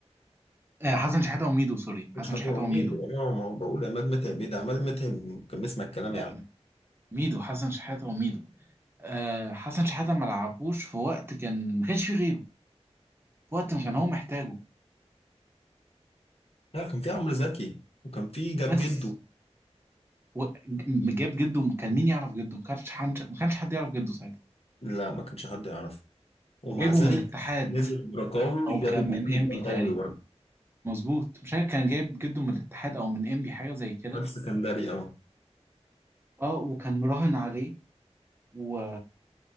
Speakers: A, on the right; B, on the left.
A: آه، حسن شحاتة وميدو سوري حسن
B: مش عمرو
A: شحاتة
B: عبيد
A: وميدو
B: اه ما هو بقول عماد متعب ايه ده عماد متعب كان بيسمع الكلام
A: لا
B: يا عم
A: ميدو حسن شحاتة وميدو آه، حسن شحاتة ما لعبوش في وقت كان ما كانش فيه غيره في وقت ما كان هو محتاجه
B: لا كان في عمرو زكي وكان في جاب
A: بس
B: جده
A: و- جاب جده كان مين يعرف جده ما كانش حد ما كانش حد يعرف جده ساعتها
B: لا ما كانش حد يعرف ومع
A: وجايبه
B: ذلك
A: من الاتحاد
B: نزل برقاوي
A: او
B: جاب
A: كان
B: جوان
A: من انبي
B: برقاوي
A: تقريبا
B: برضه
A: مظبوط مش عارف كان جايب جده من الاتحاد او من انبي حاجه زي كده
B: راجل سكندري اه
A: اه وكان مراهن عليه و...